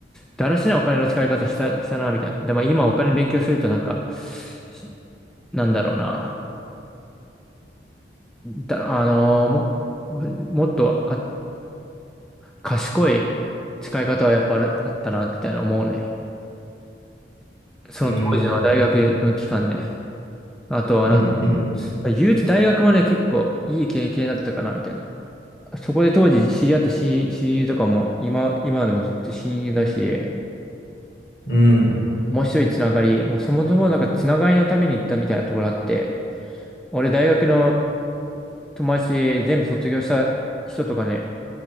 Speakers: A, in the centre; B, on the left.
A: だらしないお金の使い方した、したな、みたいな。でも今お金勉強するとなんか、しなんだろうな、だ、あのーも、もっとあ、賢い使い方はやっぱある、あったな、みたいな思うね。その当時の大学の期間ね。
B: うん。うん。
A: あとはなんか、
B: うんうん
A: 言うて大学もね、結構いい経験だったかな、みたいな。そこで当時知り合った親親友とかも今、今でもずっと親友だし、
B: うん。
A: 面白いつながり。もうそもそもなんかつながりのために行ったみたいなところあって、俺大学の友達全部卒業した人とかね、